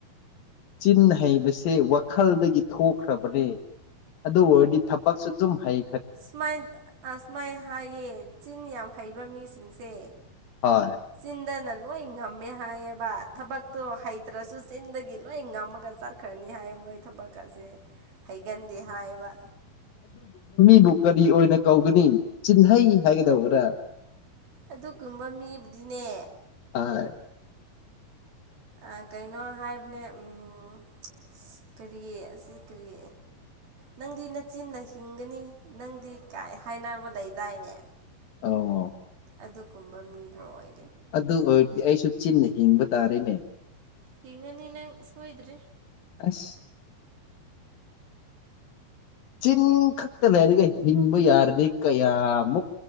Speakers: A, on the left; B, on the right.
A: ꯆꯤꯟ ꯍꯩꯕꯁꯦ ꯋꯥꯈꯜꯗꯒꯤ ꯊꯣꯛꯈ꯭ꯔꯕꯅꯦ ꯑꯗꯨ ꯍꯔꯗꯤ ꯊꯛꯛꯁꯨ ꯑꯗꯨ ꯍꯩ
B: ꯁꯨ ꯑꯁꯃꯥꯏꯅ ꯍꯥꯏꯌꯦ ꯆꯤꯟ ꯌꯥꯝ ꯍꯩꯕ ꯃꯤꯁꯤꯡꯁꯦ
A: ꯍꯣꯏ
B: ꯁꯤꯟ ꯅꯜꯋꯥꯣ ꯏꯝꯃꯦ ꯍꯥꯏ ꯊꯕꯛꯇꯣ ꯍꯩꯇ꯭ꯔꯁꯨ ꯆꯤꯟꯗꯒꯤ ꯂꯣꯏ ꯉꯝꯃꯒ ꯆꯠꯈ꯭ꯔꯅꯤ ꯍꯥꯏ ꯃꯣꯏ ꯊꯕꯛ ꯑꯁꯦ ꯍꯩꯒꯟꯗꯦ ꯍꯥꯏꯕ
A: ꯑꯩꯕꯨ ꯀꯔꯤ ꯑꯣꯏꯅ ꯀꯧꯒꯅꯤ ꯆꯤꯟꯍꯩ ꯍꯥꯏꯒꯗꯧꯕꯔ
B: ꯑꯗꯨꯒꯨꯝꯕ ꯃꯤꯕꯨꯗꯤꯅꯦ
A: ꯍ
B: ꯑ ꯀꯩꯅꯣ ꯍꯥꯏꯕꯅꯦ ꯎꯝ ꯀꯔꯤ ꯑꯁꯤ ꯀꯔꯤ ꯅꯪꯗꯤ ꯅꯆꯤꯟꯅ ꯍꯤꯡꯒꯅꯤ ꯅꯪꯗꯤ ꯀꯥꯏ ꯍꯥꯏꯅꯕ ꯂꯩꯗꯥꯏꯅꯦ
A: ꯑꯧ
B: ꯑꯗꯨꯒꯨꯝꯕ ꯃꯤꯗꯣ ꯑꯣꯏ
A: ꯑꯗꯨ ꯑꯣꯏꯔꯗꯤ ꯑꯩꯁꯨ ꯆꯤꯟꯅ ꯍꯤꯡꯕ ꯇꯥꯔꯦꯅꯦ
B: ꯍꯪꯒꯅꯤ ꯅꯪꯗꯤ ꯁꯣꯏꯗ꯭ꯔꯦ
A: ꯑꯁ ꯆꯤꯟ ꯈꯛꯇ ꯂꯩꯔꯤꯒꯩ ꯍꯤꯡꯕ ꯌꯥꯔꯘꯤ ꯀꯌꯥꯃꯨꯛ